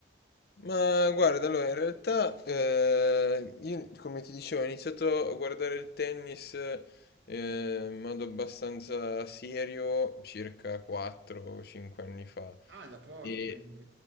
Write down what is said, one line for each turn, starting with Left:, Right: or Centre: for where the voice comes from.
Left: Ma guarda, allora in realtà eh, io come ti dicevo ho iniziato a guardare il tennis eh, in modo abbastanza serio circa 4 o 5 anni fa.
Right: Ah, da poco
Left: E,
Right: quindi.